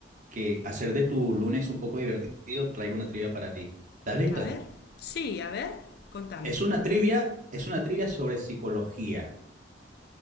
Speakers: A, on the right; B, on the left.
A: que hacer de tu lunes un poco divertido, traigo una trivia para ti. ¿Estás lista?
B: A ver, sí, a ver, contame.
A: Es una trivia, es una trivia sobre psicología.